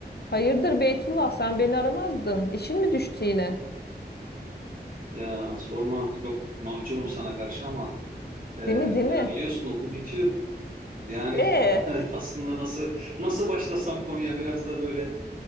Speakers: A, on the left; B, on the right.
A: Hayırdır Beytullah sen beni aramazdın. İşin mi düştü yine?
B: Ya sorma çok mahcubum sana karşı ama e,
A: Değil mi değil
B: ya
A: mi?
B: biliyorsun okul bitiyor. Yani
A: Ee,
B: <laughs> evet aslında nasıl nasıl başlasam konuya biraz da böyle